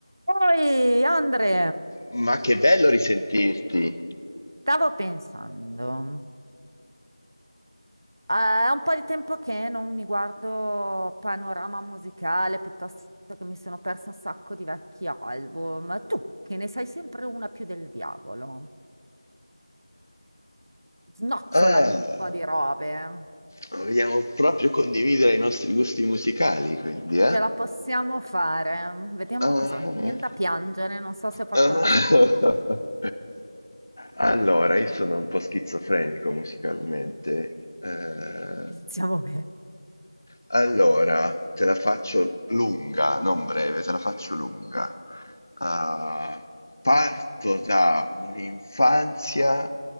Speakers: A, on the right; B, on the left.
A: Poi, Andre,
B: Ma che bello risentirti!
A: stavo pensando, eh, è un po' di tempo che non mi guardo panorama musicale, piuttosto che mi sono perso un sacco di vecchi album. Tu, che ne sai sempre una più del diavolo, snocciolami
B: Ah,
A: un po' di robe.
B: vogliamo proprio condividere i nostri gusti musicali, quindi, eh?
A: Ce la possiamo fare. Vediamo
B: Ah,
A: cosa. Mi viene da piangere, non so se ho fatto
B: ah.
A: la cosa che... <laughs>
B: <laughs> Allora, io sono un po' schizofrenico musicalmente. Eh,
A: Iniziamo bene.
B: Allora, te la faccio lunga, non breve, te la faccio lunga. Ah, parto da un'infanzia